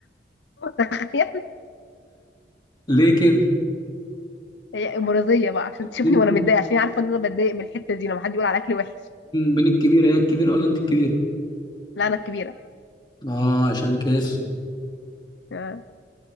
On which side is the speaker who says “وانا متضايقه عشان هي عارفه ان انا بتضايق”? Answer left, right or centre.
Left